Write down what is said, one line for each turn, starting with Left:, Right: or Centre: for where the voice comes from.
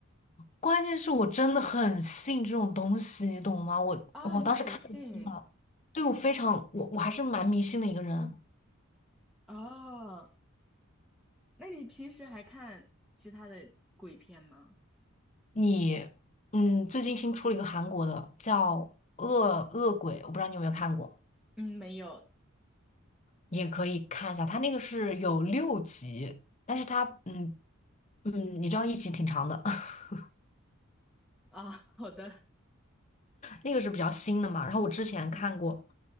Left: 关键是我真的很信这种东西，你懂吗？我我当时看了，
Centre: 啊。你很信
Left: 对我非常，我我还是蛮迷信的一个人。
Centre: 哦？那你平时还看其他的鬼片吗？
Left: 你，嗯，最近新出了一个韩国的叫《恶恶鬼》，我不知道你有没有看过，
Centre: 嗯，没有
Left: 也可以看一下。它那个是有六集，但是它，嗯嗯，你知道一集挺长的，<laughs>
Centre: 啊。好的，
Left: 那个是比较新的嘛。然后我之前看过，
Centre: 嗯